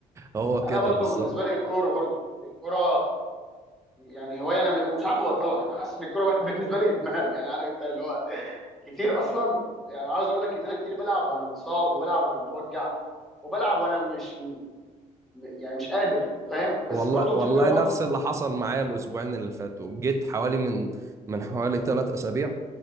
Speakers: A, on the right; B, in the centre.
A: هو
B: انا
A: كده
B: برضو
A: بالظبط
B: بالنسبه لي الكوره برضو الكوره يعني هوايه انا انا مش عارف ابطلها يعني حاسس ان الكوره بقت <laughs> بالنسبه لي ادمان يعني عارف انت اللي هو كتير اصلا يعني عاوز اقول لك ان انا كتير بلعب وانا متصاب وبلعب وانا متوجع وبلعب وانا مش م- يعني مش قادر فاهم بس
A: والله
B: برضو مش
A: والله
B: قادر ابطل
A: نفس اللي حصل معايا الاسبوعين اللي فاتوا جيت حوالي من من حوالي ثلاث اسابيع